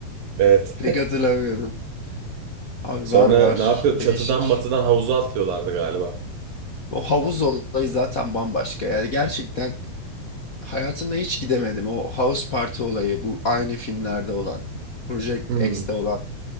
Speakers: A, on the right; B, on the left.
A: Evet.
B: Pek hatırlamıyordum. Abi
A: Sonra
B: var var
A: ne yapıyor? Çatıdan
B: değişik.
A: matıdan havuza atlıyorlardı galiba.
B: O havuz olayı zaten bambaşka yani gerçekten Hayatımda hiç gidemedim. O House Party olayı bu aynı filmlerde olan. Project
A: Hmm,
B: X'te olan.